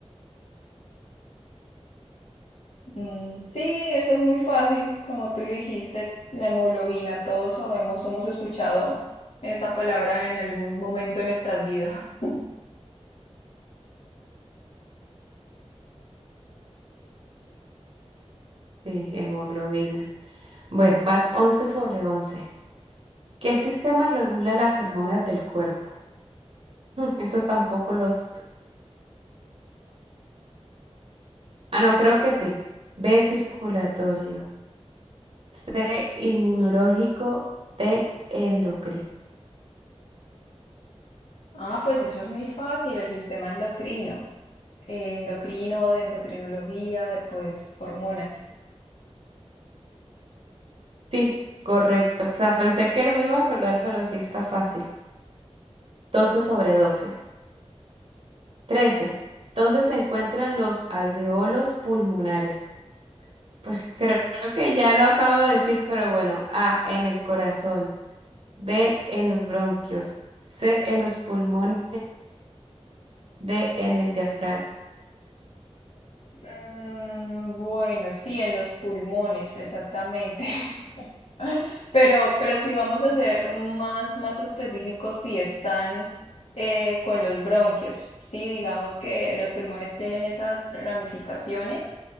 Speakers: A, on the left; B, on the right.
A: Mm, sí, eso es muy fácil, como tú lo dijiste, la hemoglobina, todos sabemos, hemos escuchado esa palabra en algún momento de nuestras vidas. <laughs>
B: Sí, hemoglobina. Bueno, vas once sobre once. ¿Qué sistema regula las hormonas del cuerpo? Eso tampoco los... Ah, no, creo que sí. B, circulatorio. C, inmunológico. D, endocrino.
A: Ah, pues eso es muy fácil, el sistema endocrino, eh, endocrino, de endocrinología, de pues hormonas.
B: Sí, correcto. O sea, pensé que no me iba a acordar, pero sí está fácil. doce sobre 12, 13. ¿Dónde se encuentran los alveolos pulmonares? Pues creo que ya lo acabo de decir, pero bueno. A, en el corazón. B, en los bronquios. C, en los pulmones. D, en el diafragma.
A: Mm, bueno, sí, en los pulmones, exactamente. <laughs> Pero, pero si vamos a ser más, más específicos, si están eh, con los bronquios, ¿sí? Digamos que los pulmones tienen esas ramificaciones